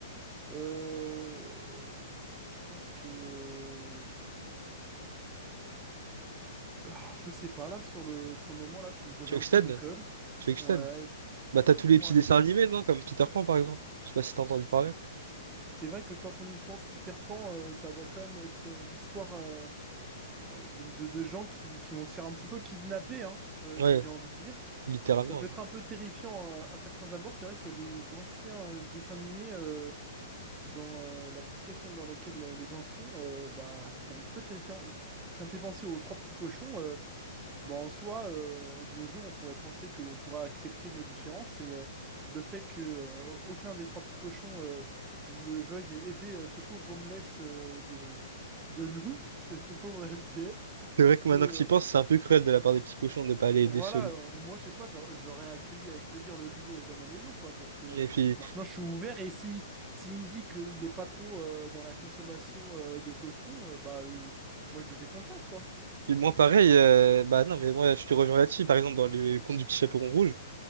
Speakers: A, on the right (about 20°); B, on the right (about 70°).
A: Euh, je pense que... Ah, je sais pas, là, sur le, sur le moment, là, tu me poses
B: Tu
A: un
B: veux que
A: peu
B: je t'aide?
A: une colle.
B: Tu veux que
A: Ouais,
B: je t'aide? Bah t'as tous
A: donne-moi
B: les petits
A: un
B: dessins
A: exemple.
B: animés, non? Comme Peter Pan par exemple. Je sais pas si t'as entendu parler.
A: C'est vrai que quand on y pense, Peter Pan, euh, ça va quand même être euh, l'histoire euh, euh, de, de, de gens qui, qui vont se faire un petit peu kidnapper, hein, euh,
B: Ouais,
A: si j'ai envie de dire.
B: littéralement.
A: Ça peut être
B: oui.
A: un peu terrifiant euh, à certains abords. C'est vrai que les anciens euh, dessins animés, euh, dans euh, la situation dans laquelle les gens sont, euh, bah, c'est un petit peu terrifiant. Ça me fait penser aux Trois Petits Cochons. euh, Bon, en soi, euh, de nos jours, on pourrait penser qu'on pourra accepter nos différences et euh, le fait que euh, aucun des trois petits cochons euh, ne veuille aider euh, ce pauvre homeless euh, de, de loup, <laughs> ce, ce pauvre SDF,
B: C'est vrai que
A: que
B: maintenant
A: euh,
B: que tu y penses, c'est un peu cruel de la part des petits cochons de ne pas aller aider
A: voilà,
B: ce loup.
A: euh, moi je sais pas, j'aur- j'aurais accueilli avec plaisir le loup euh, dans ma maison, quoi, parce que
B: Et puis,
A: maintenant je suis ouvert et si, s'il me dit qu'il est pas trop euh, dans la consommation euh, de cochons, euh, bah euh, moi je lui fais confiance, quoi.
B: puis moi
A: Je sais
B: pareil,
A: pas ce que t'en
B: euh,
A: penses.
B: bah non mais moi je te rejoins là-dessus. Par exemple dans le conte du petit chaperon rouge.